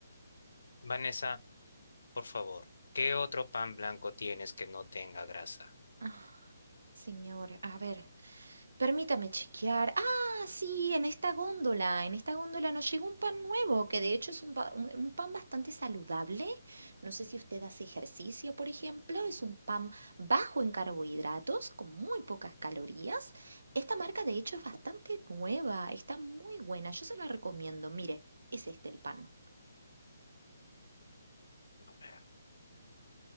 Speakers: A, on the left; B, on the right.
A: Vanessa, por favor, ¿qué otro pan blanco tienes que no tenga grasa?
B: Ah, señor, a ver. Permítame chequear. Ah, sí, en esta góndola, en esta góndola nos llegó un pan nuevo, que de hecho es un, pa- un- un pan bastante saludable. No sé si usted hace ejercicio, por ejemplo, es un pan bajo en carbohidratos, con muy pocas calorías. Esta marca de hecho es bastante nueva, está muy buena, yo se la recomiendo. Mire, es este el pan.
A: A ver,